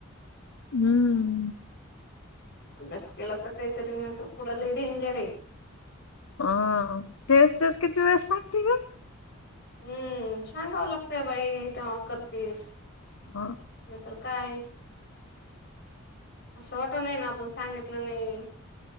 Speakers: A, on the left (about 70°); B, on the left (about 50°).
A: हम्म.
B: अभ्यास केलात काय तरी मिळत पुढे लय डेंजर आहे.
A: ह तेच तेच किती वेळेस सांगतोय ग...
B: हम्म सांगावं लागतंय बाई तेव्हा करतेस...
A: हा...
B: म तर काय.. असं वाटू नये ना आपण सांगित... नाही...